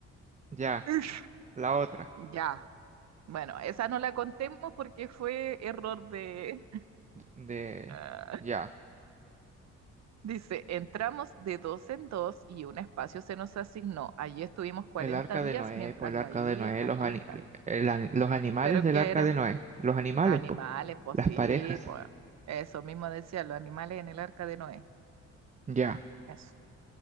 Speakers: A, on the right; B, on the right.
A: Ya,
B: Ish.
A: la otra.
B: Ya, bueno, esa no la contemos porque fue error de...
A: de,
B: <laughs>
A: ya,
B: Dice, entramos de dos en dos y un espacio se nos asignó. Allí estuvimos 40
A: el arca
B: días
A: de Noé,
B: mientras
A: pues el
B: la
A: arca
B: lluvia
A: de Noé,
B: caía
A: los, ani-
B: y caía.
A: el ani- los animales
B: ¿Pero
A: del
B: qué
A: arca
B: era?
A: de Noé, los animales,
B: Animales,
A: pues,
B: pues
A: las
B: sí,
A: parejas,
B: pues. Eso mismo decía, los animales en el arca de Noé.
A: ya,
B: Eso.